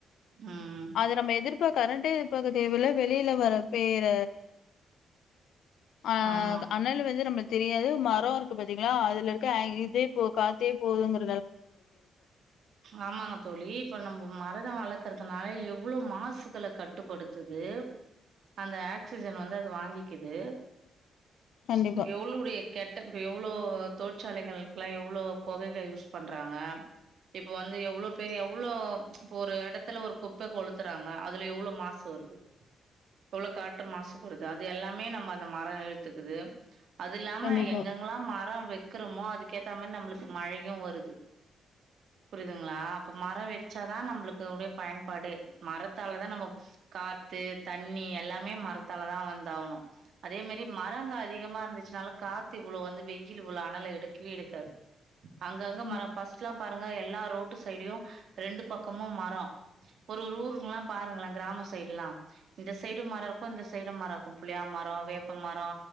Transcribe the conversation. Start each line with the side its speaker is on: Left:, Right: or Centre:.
Right: ம்
Left: அது நம்ம எதிர் இப்ப கரெண்டே தேவைல வெளியில வர வேற ஆஹ்
Right: ஆமா
Left: அணல் வந்து நம்ம தெரியாது மரோ இருக்கு பாத்தீங்களா அதுல இருக்க இதே போ காத்தே போதுங்கர.
Right: ஆமாங்க தோழி இப்ப நம்ம மர. ரோ வளர்க்கறதுனால எவ்வளோ மாசுகள கட்டுப்படுத்தது. அந்த ஆக்சிஜன் வந்து அத வாங்கிக்குது.
Left: கண்டிப்பா
Right: ம்ச் எவ்ளுவுடைய கெட்ட எவ்ளோ தோட். சோலைகளுக்கெல்லா எவ்வளோ புகைகள் யூஸ் பண். றாங்க. இப்ப வந்து எவ்வளோ பேரு எவ்வளோ ம்ச் இப்ப ஒரு இடத்துல ஒரு குப்ப கொளுத்துறாங்க அதுல எவ்வளோ மாசு வருது. எவ்வளோ காற்று மாசு படுது அது எல்லாமே நம்ம அந்த மர இழுத்துக்குது. அது இல்லாம
Left: கண்டிப்பா
Right: எங்கெங்கல்லா மரம். வைக்கிறமோ அதுக்கேத்த மாரி நம்மளுக்கு மழையும் வருது. புரியுதுங்களா அப்ப மரோ வச்சாதா நம்மளுக்கு உடைய பயன். படு. மரத்தாலதா நம்ம காத்து தண்ணி எல்லாமே மரத்தாலதா வந்தாகணு. அதே மாரி மரங்க அதி. அதிகமா இருந்துச்சுனால காத்து இவ்ளோ வந்து. வெயில் இவ்ளோ அனல் எடுக்கவே எடுக்காது. அங்கங்க மரம்.
Left: ம்
Right: ச்சோ பாருங்க எல்லா ரோட்டு சைடுலியு ரெண்டு பக்கமும் மரோ. ஒரொரு ஊருங்லா பாருங்களே கிராம சைடுல்லா. இந்த சைடு மரோ இருக்கு இந்த சைடு மரோ இருக்கு புளியா மரோ வேப்ப மரோ